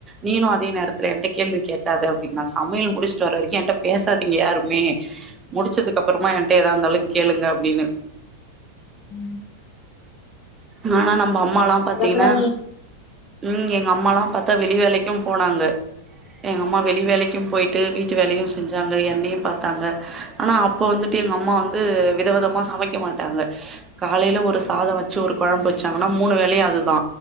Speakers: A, on the right (about 20°); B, on the left (about 30°).
A: நீீனு அதே நேரத்துல எந்த கேள்வியு கேக்காத அப் டின் நா சமையல் முடிச்ட்டு வர்ற வரைக்கு என்ட்ட பேசாதீங்க யாருமே முடிச்சதுக்கப்பறமா என்ட்ட எதாருந்தாலுங் கேளுங்க அப்டின்னு
B: ம்
A: நானா நம்ப அம்மாலா பாத்தீங்கனா
B: அப்றோ நீ
A: ம் எங்க அம்மாலா பாத்தா வெளி வேலைக்கு போனாங்க எங்கம்மா வெளி வேலைக்கு போயிட்டு வீட் ட்டு வேலையு செஞ்சாங்க என்னையு பாத்தாங்க ஆனா அப்ப வந்துட்டு எங்க அம்மா வந்து விதவிதமா சமைக் க மாட்டாங்க காலைல ஒரு சாத வச்சு ஒரு கொழம்பு வச்சாங்கனா மூணு வேலையு அதுதா